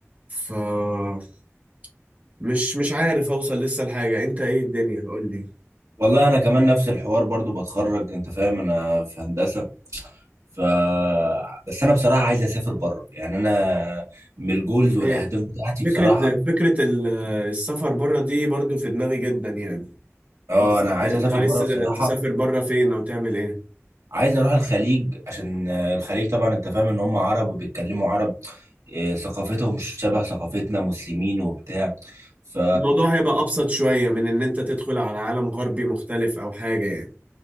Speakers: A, on the right (about 35°); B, on the right (about 85°).
A: فمش مش مش عارف اوصل لسه لحاجة انت ايه الدنيا قول
B: والله انا كمان نفس الحوار برضو بتخرج انت فاهم انا في هندسة ف بس انا بصراحة عايز اسافر بره يعني انا من الجولز والاهداف
A: لي
B: بتاعتي
A: فكرة
B: بصراحة
A: فكرة ال- السفر بره دي برضو في دماغي جدا يعني
B: اه
A: بس
B: انا عايز
A: انت
B: اسافر
A: عايز
B: بره بصراحة
A: تسافر بره فين او تعمل ايه
B: عايز اروح الخليج عشان آه، الخليج طبعا انت فاهم ان هم عرب وبيتكلموا عرب آه، ثقافتهم مش شبه ثقافتنا مسلمين وبتاع ف
A: الموضوع هيبقى ابسط شوية من ان انت تدخل على عالم غربي مختلف او حاجة يعني